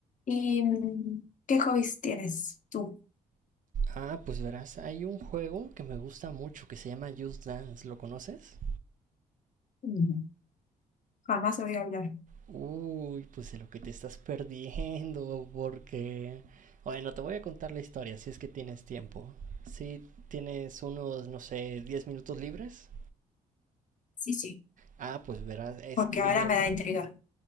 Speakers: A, on the left; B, on the right.
A: ¿Y mm, qué hobbies tienes tú?
B: Ah, pues verás, hay un juego que me gusta mucho que se llama Just Dance, ¿lo conoces?
A: Mm. Jamás voy a hablar,
B: Uy, pues de lo que te estás perdiendo, porque... Bueno, te voy a contar la historia si es que tienes tiempo. Si tienes unos, no sé, 10 minutos libres.
A: Sí, sí.
B: Ah, pues verás, es
A: porque
B: que...
A: ahora me da intriga.